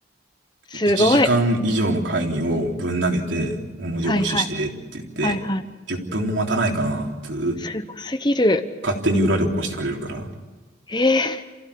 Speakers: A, on the left (about 25°); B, on the right (about 80°).
A: すごい。
B: 1時間以上の会議をぶん投げて、文字起こししてって言って、
A: はいはい。はいはい。
B: 10分も待たないかな、ずーっ
A: すごすぎる。
B: 勝手に裏で起こしてくれるから。
A: えー、